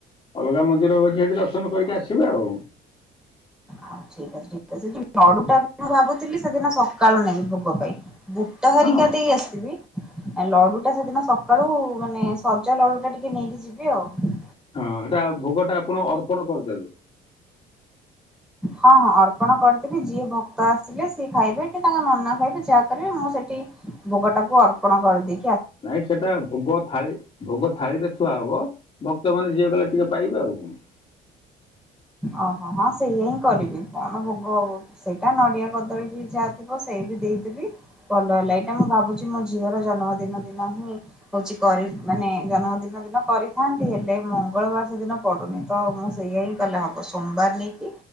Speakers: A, on the left; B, in the centre.
A: ଅଲଗା ମନ୍ଦିର ଅଛି ସେଇଠି ଦର୍ଶନ କରିକି ଆସିବେ ଆଉ।
B: ଆଉ ଠିକ ଅଛି ଠିକ ଅଛି। ଯ ଲଡୁଟା ବି ମୁଁ ଭାବୁଥିଲି ସେଦିନ ସକାଳୁ ନେବି ଭୋଗ ପାଇଁ। ବୁଟ ହରିକା
A: ହଁ।
B: ଦେଇ ଆସିଥିବି ଲଡୁ ଟା ସେଦିନ ସକାଳୁ ମାନେ ସଜ ଲଡୁ ଟା ଟିକେ ନେଇକି ଯିବି ଆଉ।
A: ହଁ ହେଟା ଭୋଗଟା ଆପଣ ଅର୍ପଣ କରିଦେବେ।
B: ହଁ ହଁ ଅର୍ପଣ କରିଦେବି ଯିଏ ଭକ୍ତ ଆସିଲେ ସିଏ ଖାଇବେ କି ତାଙ୍କ ନନା ଖାଇବେ ଯାହା କରିବେ ମୁଁ ସେଠି ଭୋଗ ଟାକୁ ଅର୍ପଣ କରିଦିି
A: ନାଇଁ ସେଟା ଭୋଗ ଥାଳି ଭୋଗ ଥାଳିରେ ଥୁଆ ହବ ଭକ୍ତ ମାନେ ଯିଏ ଗଲେ ଟିକେ ପାଇବେ ଆଉ କଣ।
B: ଓହୋ ହଁ ସେଇଆ ହିଁ କରିବି କଣ ଭୋଗ ହବ ସେଇଟା ନଡିଆ କଦଳୀ ବି ଯାହା ଥିବ ସେଇ ବି ଦେଇଦେବି ଭଲ ହେଲା ଏଇଟା ମୁଁ ଭାବୁଚି ମୋ ଝିଅର ଜନ୍ମଦିନ ଦିନ ହିଁ ହଉଚି କରି ମାନେ ଜନ୍ମଦିନ ଦିନ କରିଥାନ୍ତି ହେଲେ ମଙ୍ଗଳବାର ସେଦିନ ପଡୁନି ତ ମୁଁ ସେଇୟା ହିଁ କଲେ ହବ ସୋମବାର ନେଇକି